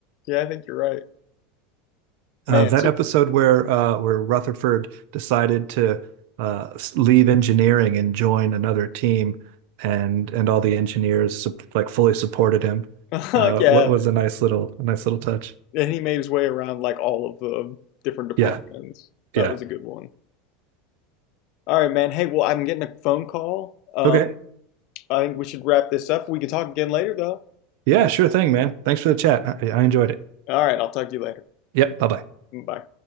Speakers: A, on the left (about 45°); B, on the right (about 55°).
A: Yeah, I think you're right. Man,
B: Uh, that
A: so
B: episode where uh, where Rutherford decided to uh, leave engineering and join another team, and and all the engineers like fully supported him.
A: <laughs> uh,
B: Uh,
A: yeah,
B: what was a nice little a nice little touch.
A: and he made his way around like all of the different departments.
B: Yeah,
A: That
B: yeah.
A: was a good one. All right, man. Hey, well, I'm getting a phone call. Um,
B: Okay.
A: I think we should wrap this up. We can talk again later, though.
B: Yeah, sure thing, man. Thanks for the chat. I, I enjoyed it.
A: All right, I'll talk to you later.
B: Yep. Bye bye.
A: Bye.